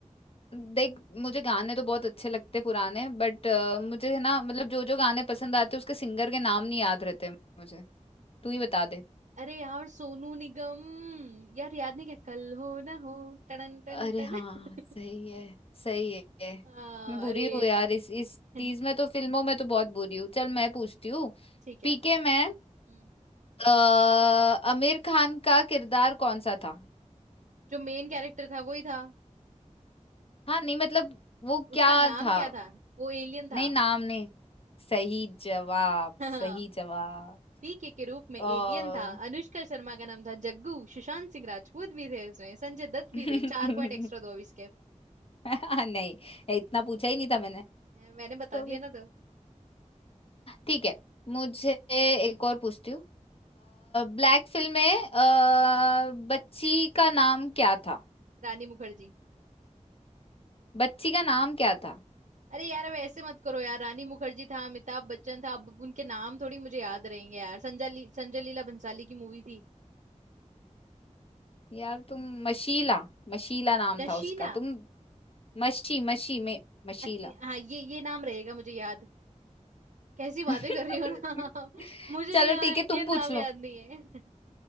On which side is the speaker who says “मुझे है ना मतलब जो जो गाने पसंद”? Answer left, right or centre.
Left